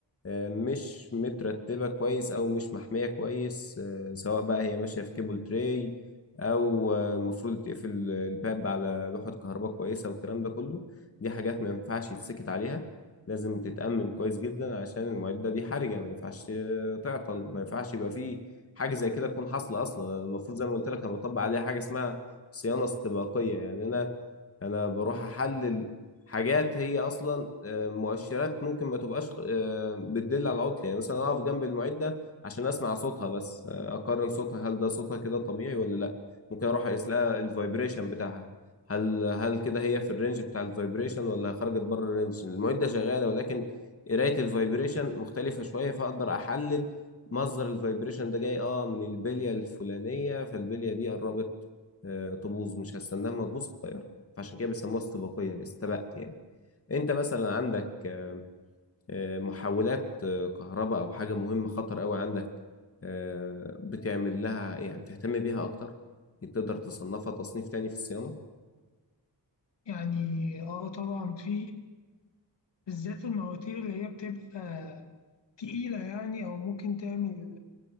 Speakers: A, on the left; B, on the left.
A: آه، مش مترتبه كويس او مش محميه كويس آه، سواء بقى هي ماشيه في كيبل تراي او آه، المفروض تقفل الباب على لوحه كهرباء كويسه والكلام ده كله دي حاجات ما ينفعش يتسكت عليها لازم تتأمن كويس جدا عشان المعده دي حرجه ما ينفعش آه، تعطل ما ينفعش يبقى فيه حاجه زي كده تكون حاصله اصلا المفروض زي ما قلت لك انا بطبق عليها حاجه اسمها صيانه استباقيه يعني انا انا بروح احلل حاجات هي اصلا آه، مؤشرات ممكن ما تبقاش آه، بتدل على عطل يعني مثلا اقف جنب المعده عشان اسمع صوتها بس آه، اقارن صوتها هل ده صوتها كده طبيعي ولا لا ممكن اروح اقيس لها الفايبريشن بتاعها هل هل كده هي في الرينج بتاع الفايبريشن ولا خرجت بره الرينج المعده شغاله ولكن قرايه الفايبريشن مختلفه شويه فاقدر احلل مصدر الفايبريشن ده جاي اه من البليه الفلانيه فالبليه دي قربت آه، تبوظ مش هستناها ما تبوظ فعشان كده بيسموها استباقية استبقت يعني انت مثلا عندك آه، آه، محولات آه، كهرباء او حاجة مهمة خطر قوي عندك آه، بتعمل لها يعني بتهتم بيها اكتر تقدر تصنفها تصنيف تاني في الصيانة
B: يعني اه طبعا في بالذات المواتير اللي هي بتبقى تقيله يعني او ممكن تعمل